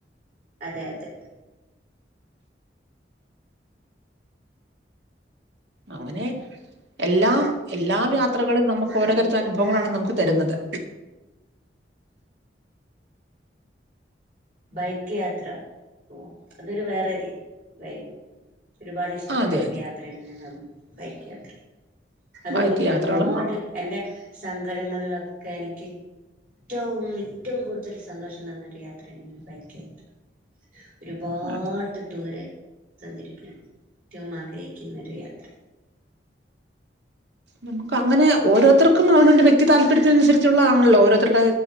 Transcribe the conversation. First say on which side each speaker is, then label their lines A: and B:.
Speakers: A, on the right; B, on the right.
A: അതെ അതെ
B: അങ്ങനെ എല്ലാം എല്ലാം യാത്രകളും നമുക്ക് ഓരോ തരത്തിൽ അനുഭവങ്ങളാണ് നമുക്ക് തരുന്നത്
A: ബൈക്ക് യാത്ര ഓ അതൊരു വേറൊരു വൈബ് ഒരുപാട് ഇഷ്ടപ്പെടുന്ന
B: ആ അതെ അതെ
A: ഒരു യാത്ര തന്നെയാണ് ബൈക്ക് യാത്ര അതും
B: ബൈക്ക്
A: എനിക്ക്
B: യാത്രകളും
A: ഒരുപാട്
B: ആ
A: എന്റെ സങ്കടങ്ങളിലൊക്കെ എനിക്ക് ഏറ്റവും ഏറ്റവും കൂടുതൽ സന്തോഷം തന്നൊ ഒരു യാത്ര ബൈക്ക് യാത്ര ഒരുപാട്
B: അതെ
A: ദൂരെ സഞ്ചരിക്കണം ഏറ്റവും ആഗ്രഹിക്കുന്ന ഒരു യാത്ര
B: നമുക്ക് അങ്ങനെ ഓരോരുതർക്കും അവനവന്റെ വ്യക്തി താല്പര്യത്തിനുസരിച്ചുള്ള ആണല്ലോ ഓരോരുത്തരുടെ